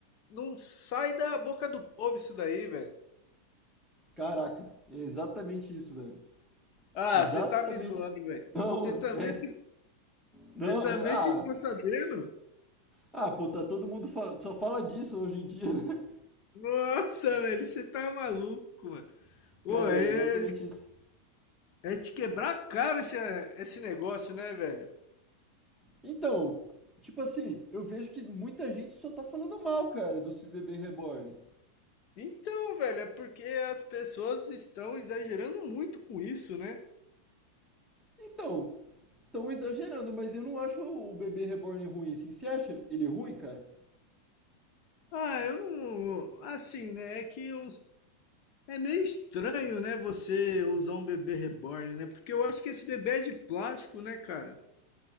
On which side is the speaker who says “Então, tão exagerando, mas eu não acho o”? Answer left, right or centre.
Centre